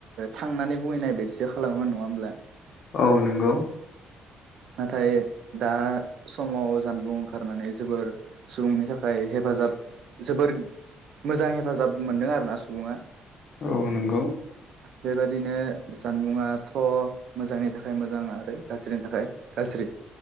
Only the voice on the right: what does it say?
थांनानै बुहैनाय बायदिसो खालामोमोन नङा होमब्ला
नाथाय दा समाव जानबुं ओंखारनानै जोबोर सुबुंनि थाखाय हेफाजाब जोबोर मोजां हेफाजाब मोनदों आरोना सुबुङा
बेबादिनो जानबुंङाथ' मोजांनि थाखाय मोजां आरो गाज्रिनि थाखाय गाज्रि